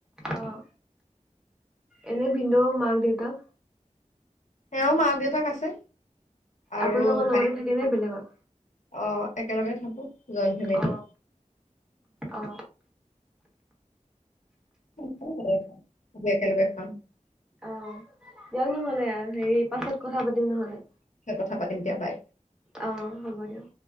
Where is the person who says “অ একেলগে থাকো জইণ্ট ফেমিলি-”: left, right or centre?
Left